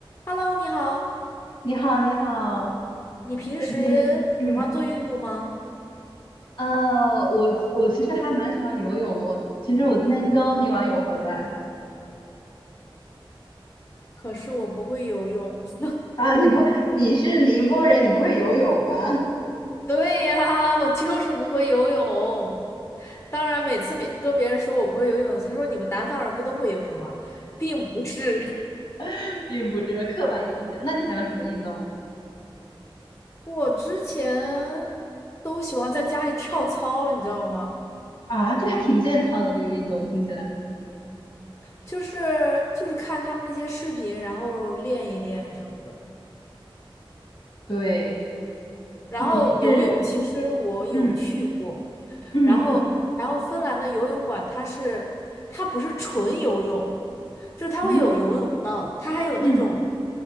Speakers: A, on the left (about 30°); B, on the left (about 65°).
A: Hello，你好，
B: 你好，你好，
A: 你平时喜欢做运动吗？
B: 最近，嗯，呃，我我其实还蛮喜欢游泳的。我其实我今天刚游完泳回来
A: 可是我不会游泳。<laughs>
B: 啊。你不，你是宁波人，你不会游泳吗？
A: 对呀，我就是不会游泳。当然，每次别跟别人说我不会游泳，他说你们南方人不都会游泳吗？并不是，
B: <laughs> 并不是刻板印象。那你喜欢什么运动啊？
A: <laughs> 我之前都喜欢在家里跳操，你知道吗？
B: 啊，这还挺健康的，这个运动听起来。
A: 就是就是看他们那些视频，然后练一练什么的。
B: 对，
A: 然后游泳其实我有去过，
B: 你是，嗯嗯嗯
A: 然后然后芬兰的游泳馆它是它不是纯游泳，就是它会有游泳道，
B: 嗯
A: 它还有那种
B: 嗯，